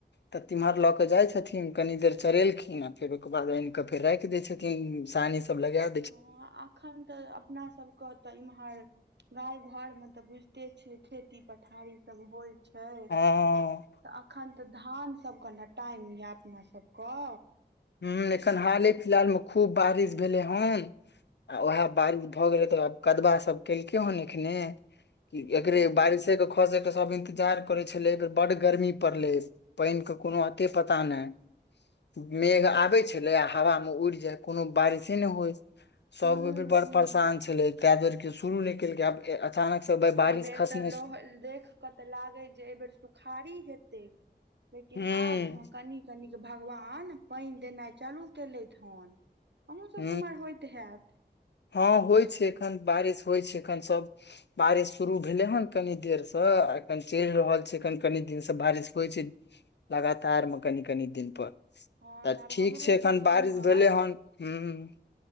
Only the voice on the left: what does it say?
तऽ तिम्हर लऽ के जाय छथिन कनी देर चरेलखिन आ फेर ओके बाद आन के फेर राखिय दे छथिन सानी सब लगेय
हँ
ह एखन हाले फिलहाल में खूब बारिश भेलै हन आ उएह बारिश भऽ गेलइ तऽ आब कदबा सब केलकै हेन एखने
एकरे बारिश एक खसे एक सब इन्तजार करे छले बेर बड गर्मी पड़ले पइन के कोनो अते पता नहि मेघ आबइ छले आ हवा में उड़ि जाय कोनो बारिशे ने होइ सभ
गो भी बड़ परेशान छलै ताहि दुआरे क शुरू नहि केलकै आब अचानक से बारिश
खसने
ह
ह
हँ होइ छय एखन बारिश होइ छै एखन सब बारिश शुरू भेले हन कनी देर से आ कन चलि रहल छय कन कनी दिन से बारिश होइ छै लगातार मे कनि कनि दिन पर
तऽ
ठीक
छय एखन
बारिश
भेलै हन हूँ